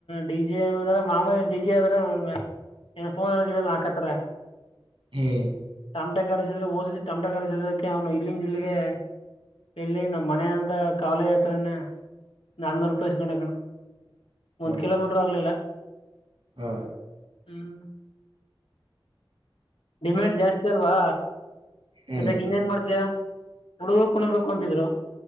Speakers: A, on the left; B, on the right.
A: ಡಿಜೆ್ರ ಮಾಮೂಲಿ ಡಿಜೆ ಆದದ್ರ ನ್ ಫೋನ್ಲ್ಲಿನ ಹಾಕತ್ತಾರ
B: ಹ್ಮ್
A: ಟಮಟೆ ಕಡಿಸಿದ್ರೆ ಓಸಿದ ಟಮಟೆ ರಿಸಕ್ಕೆ ಅವನು ಇಲ್ಲಿನ ಜಿಲ್ಲೆಗೆ ಇಲ್ಲಿ ನಮ್ಮ್ ಮನ ಅಂದ ಕಾಲು ತ್ರನ್ನ ನನ್ನೂರು ಪ್ಪಸ್ಕೊಂಡಣ ಒಂದ್
B: ಹಾ
A: ಕಿಲೋಮೀಟರ್ ಆಗ್ಲಿಲ್ಲ
B: ಹಾ
A: ಹ್ಮ್ ಡಿಮ್ಯಾಂಡ್ ಜಾಸ್ತಿ ಅಲ್ವಾ
B: ಹ್ಮ್
A: ಅದಕ್ಕೆ ಇನ್ನೇನ್ ಮಾಡ್ತಯ ಹುಡುಗ ಕುಣಬೇಕು ಅಂತಿದ್ರು